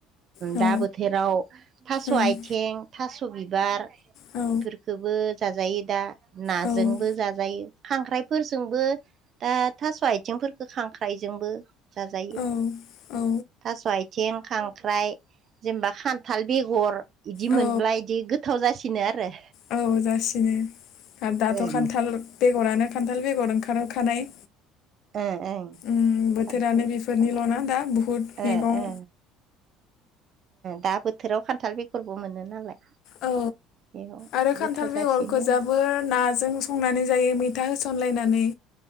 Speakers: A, on the left; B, on the right.
A: औ
B: दा बोथोराव थास'
A: ओं
B: आथिं थास' बिबार
A: औ
B: बेखोबो जाजायो दा नाजोंबो
A: औ
B: जाजायो। खांख्राइफोरजोंबो दा थास' आथिंफोरखो खांख्राइजोंबो जाजायो।
A: औ औ।
B: थास' आथिं खांख्राइ जेनेबा खान्थाल बेगर बिदि
A: औ
B: मोनब्ला इदि गोथाव जासिनो आरो
A: औ जासिनो दाथ'
B: ओं
A: खान्थाल बेगरानो खान्थाल बेगर ओंखारखानाय
B: ओं ओं
A: उ बोथोरानो
B: खान्थाल
A: बेफोरनिल'
B: खान्थाल
A: ना दा बुहुत
B: ओ
A: मैगं
B: ओ दा बोथोराव खान्थाल बेगरबो मोनो नालाय।
A: औ
B: बेयाव
A: आरो खान्थाल
B: गोथाव
A: बेगरखौोजाबो
B: जासिनो
A: नाजों संनानै जायो मैथा होसनलायनानै